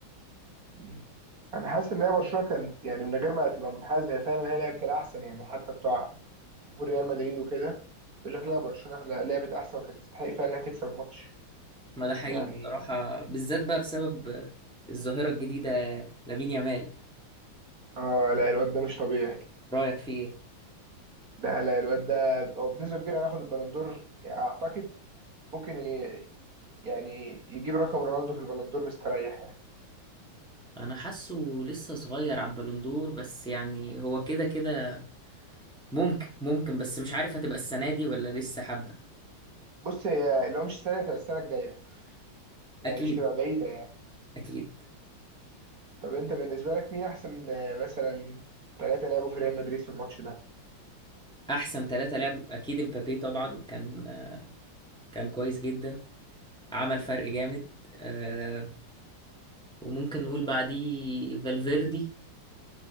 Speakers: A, on the right; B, in the centre.
A: مم. انا حاسس ان هي برشلونه كانت يعني من غير ما تبقى منحازه هي فعلا هي لعبت الاحسن يعني حتى بتوع جمهور ريال مدريد وكده بيقول لك لا برشلونة لا- لعبت احسن وكانت تستحق فعلا انها تكسب الماتش
B: ما ده حقيقي
A: يعني
B: بصراحة بالذات بقى بسبب الظاهرة الجديدة لامين يامال
A: اه لا الواد ده مش طبيعي
B: رأيك فيه ايه؟
A: لا لا الواد ده هو بنسبة كبيرة هياخد البلندور يعني اعتقد ممكن ي- يعني يجيب رقم رونالدو في البلندور مستريح يعني
B: أنا حاسه لسه صغير على البالون دور بس يعني هو كده كده ممكن ممكن بس مش عارف هتبقى السنة دي ولا لسه حبة
A: بص هي لو مش السنة دي هتبقى السنة الجاية يعني
B: أكيد
A: مش تبقى بعيدة يعني
B: أكيد
A: طب انت بالنسبة لك مين احسن آه، مثلا ثلاثة لعبوا في ريال مدريد في الماتش ده
B: أحسن ثلاثة لعبوا أكيد امبابي طبعا كان كان كويس جدا عمل فرق جامد أه وممكن نقول بعديه فالفيردي